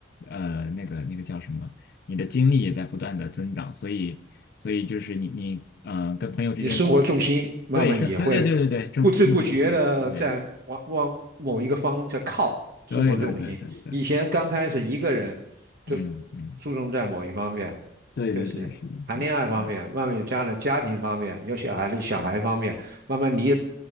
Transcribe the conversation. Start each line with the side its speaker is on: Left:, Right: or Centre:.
Left: 呃那个那个叫什么，你的经历也在不断的增长，所以所以就是你你嗯、呃跟朋友之间聊，
Right: 你生活重心慢慢也会
Left: 对，是，对对对对对，这种生活的这种对。
Right: 不知不觉的在往往某一个方在靠生活重心。
Left: 对对对对对，
Right: 以前刚开始一个人就
Left: 嗯嗯，
Right: 注重在某一方面，
Left: 对对对，
Right: 就是谈恋爱方面，
Left: 是的，是的嗯
Right: 慢慢有家了家庭方面，有小孩了小孩方面，慢慢你